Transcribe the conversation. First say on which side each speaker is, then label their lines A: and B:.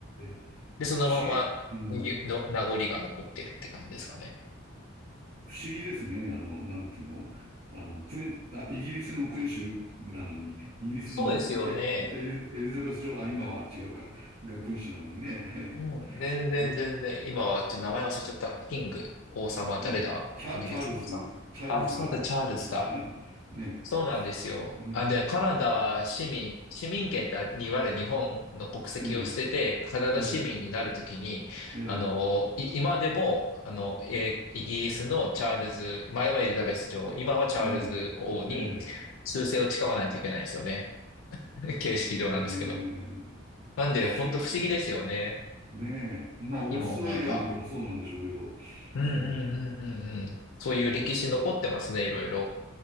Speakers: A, on the right (about 65°); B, on the left (about 70°).
A: え。
B: で、そのままゆの名残が残ってるって感じですかね。
A: 不思議、うん。不思議ですね。あの、なんていうのあの、君あ、イギリスの君主なのに、イギリスのエ、
B: そうですよね。
A: エリエリザベス女王、あ、今は違うか、が君主なのにね。
B: うん、全然全然。
A: <laughs>
B: 今はちょっと名前忘れちゃった。キング、王様誰だイギリスのさ。
A: ね、チャ、チャールズ、チャールズが、
B: あ、そうだ、チャールズだ。
A: <laughs> ね、
B: そうなんですよ。
A: うん、
B: あ、で、カナダ市民、市民権っていわゆる日本の国籍を捨てて、
A: ええ、
B: カナダ市民になるときに、
A: ええ、ええ、
B: あの、い今でも、あの、えイギリスのチャールズ、前はエリザベス女王、今はチャールズ王に
A: ええ、ええ
B: 忠誠を誓わないといけないんですよね。<laughs> 形式上なんですけど。
A: ねえ、
B: なんで、
A: 不思議、
B: ほんと不思議ですよね。
A: ねえ、まあ、オーストラリアなんかもそうなんでしょうけど、
B: 今思えば。うんうんうんうんうん。
A: うん、うん
B: そういう歴史残ってますね、いろいろ。